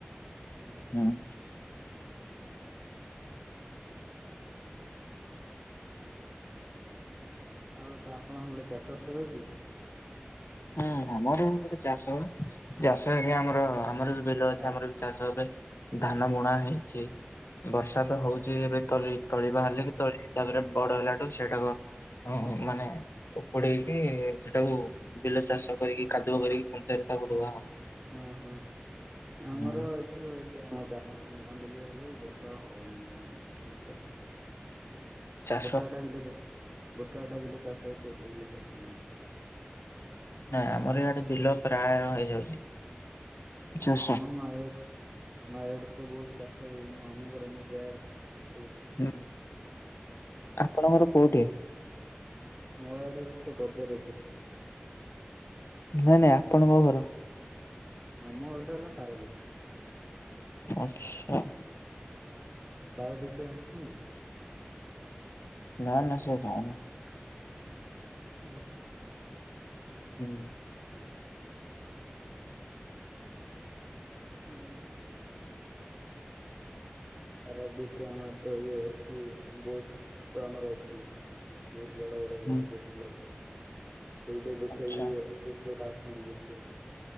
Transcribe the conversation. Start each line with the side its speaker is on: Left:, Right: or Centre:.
Right: ହୁଁ
Left: ହମ୍।
Right: ଆଉ ତ ଆପଣ ହପଟେ ଚାଷ ବାସ ହଉଛି?
Left: ହୁଁ ଆମର ଗୋଟେ ଚାଷ ଚାଷ ହେଲେ ଆମର ଆମର ବିଲ ଅଛି
Right: ଆଜ୍ଞା
Left: ଆମର ଚାଷ ହେବେ। ଧାନ ବୁଣା ହେଇଛି ବର୍ଷା ତ ହଉଛି ଏବେ ତଳି ତଳିିବା
Right: ହଁ
Left: ହେଲେ କି ତଳି ତାପରେ ବଡ ହେଲାଠୁ ସେଟାକୁ ମାନେ ଉପଡେଇକି ସେଟାକୁ ବିଲ ଚାଷ କରିକି କାଦୁଅ କରିକି ତାକୁ ଲଗା ହବ।
Right: ହଁ ହଁ ଆମର
Left: ହୁଁ
Right: ଏଠି ହଛି ଆମ ଗାଁ ଗାଁ ଭିତରେ ହୁଏ ବର୍ଷ ହଉନି କଣ ଚାଷ।
Left: ଚାଷ
Right: ଗୋଟାଟା ବିଲ ଚାଷ ଗୋଟା ଟା ବିଲ ଚାଷ ହଉଛି ଏତେ ବିଲ ଚାଷ ହଉନି।
Left: ନାଇଁ ଆମର ଇଆଡେ ବିଲ ପ୍ରାୟ ହେଇଯାଉଛି। ଜସ
Right: ନା ନା ଏଆଡ ନା ଏଆଡେ ତ ବହୁତ ଚାଷ ହୁଏ ମୁଁ ଆମ ଘର ମୁଁ ଯାଏ। ସେପଟୁ।
Left: ହୁଁ ଆପଣଙ୍କର କୋଉଠି?
Right: ନୟାଗଡରେ ପୁରା ବଜାର ଉପରେ।
Left: ନାଇଁ ନାଇଁ ଆପଣଙ୍କ ଘର।
Right: ଆମ ଘରଟେ ହେଲା ପାରାଦୀପ।
Left: ଆଚ୍ଛା।
Right: ପାରାଦ୍ୱୀପ କେବେ ଆସିଛନ୍ତି?
Left: ନା ନା ସେଆଡ଼େ ଜାଇନି।
Right: ଓହୋ।
Left: ହୁଁ।
Right: ହଉ। <unintelligible> ବହୁତ ବଡ ବଡ ଯାହାଜଆସି
Left: ହୁଁ
Right: ଲାଗେ। ସେଇଟା ଦେଖିବା
Left: ଆଛା
Right: ବି ବହୁତ ଲୋକ ଆସନ୍ତି ଦେଖିବାକୁ।